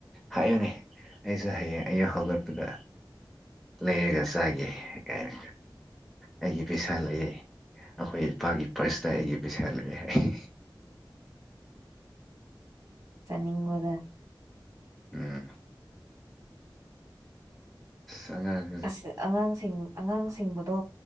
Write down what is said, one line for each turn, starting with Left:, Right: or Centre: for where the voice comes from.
Centre: ꯍꯥꯏꯌꯨꯅꯦ ꯑꯩꯁꯨ ꯍꯌꯦꯡ ꯑꯩ ꯍꯧꯒꯠꯄꯗ ꯂꯩꯔꯒ ꯆꯥꯒꯦ ꯀꯥꯏꯅ ꯑꯩꯒꯤ ꯄꯩꯁꯥ ꯂꯩꯑꯦ ꯑꯩꯈꯣꯏ ꯏꯄꯥꯒꯤ ꯄꯥꯔꯁꯇ ꯑꯩꯒꯤ ꯄꯩꯁꯥ ꯂꯩꯑꯦ ꯍꯥꯏ
Right: ꯆꯠꯅꯤꯡꯕꯗ
Centre: ꯎꯝ ꯑ ꯑꯉꯥꯡ
Right: ꯑ ꯑꯉꯥꯡꯁꯤꯡ ꯑꯉꯥꯡꯁꯤꯡꯕꯗꯣ